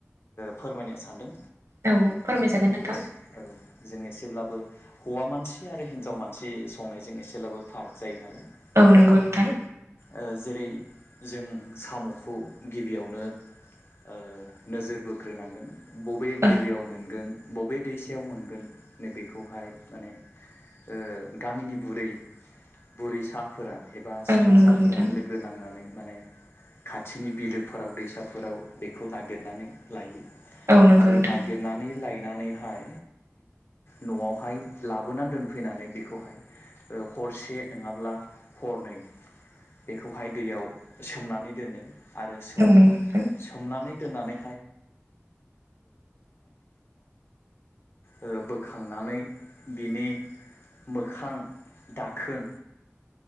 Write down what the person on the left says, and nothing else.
फोरमायनो सानदों।
जों
एसे ओ जों एसेब्लाबो हौवा मानसि आरो हिनजाव मानसि संनायजों एसेब्लाबो फाराग जायो नालाय।
ओ
ओ जेरै जों साम'खौ गिबियावनो ओ नोजोर बोग्रोनांगोन बबे
बिलोयाव मोनगोन। बबे दैसायाव मोनगोन नैबेखौहाय माने ओ गामिनि बुरै बुरैसाफोरा एबा
सिख्लासाफोरा
लोगो नांनानै माने खाथिनि बिलोफोराव दैसाफोराव बेखौ नागिरनानै लायो।
आरो
नागिरनानै लायनानैहाय न'आवहाय लाबोनानै दोनफैनानै बेखौहाय हरसे नङाब्ला हरनै बेखौहाय दैयाव सोमनानै दोनो आरो सोम
सोमनानै दोननानै ओ बोखांनानै बिनि मोखां दाखोन